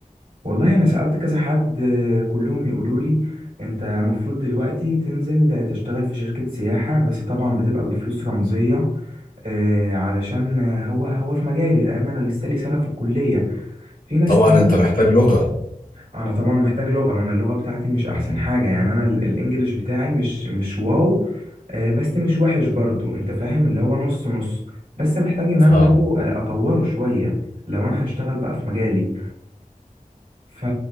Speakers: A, on the right (about 75°); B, on the left (about 80°).
A: والله انا سألت كذا حد آه، كلهم يقولوا لي انت المفروض دلوقتي تنزل آه، تشتغل في شركة سياحة بس طبعا بتبقى بفلوس رمزية آه، علشان آه، هو هو في مجالي لان انا لسه لي سنة في الكلية في ناس
B: طبعا
A: تانية
B: انت محتاج لغه
A: انا طبعا محتاج لغة وانا اللغة بتاعتي مش احسن
B: مم.
A: حاجة يعني انا ال- الانجليش بتاعي مش مش واو آه، بس مش وحش برضو انت فاهم اللي هو نص نص بس محتاج ان
B: فاهم
A: انا برضو آه، اطوره شوية لو انا هشتغل بقى في مجالي ف...